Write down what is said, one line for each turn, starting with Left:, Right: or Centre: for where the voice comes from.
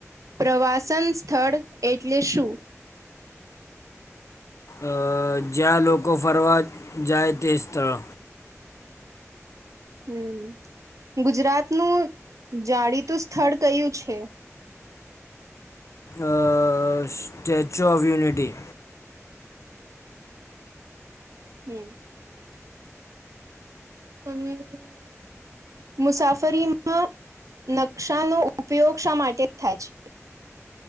Right: પ્રવાસન સ્થળ એટલે શું?
Left: અ જ્યાં લોકો ફરવા જાય તે સ્થળો.
Right: હમ, ગુજરાતનું જાણીતું સ્થળ કયું છે?
Left: અ સ્ટેચ્યુ ઓફ યુનિટી.
Right: હમ. <unintelligible> મુસાફરીમાં નકશાનો ઉપયોગ શા માટે થાય છે?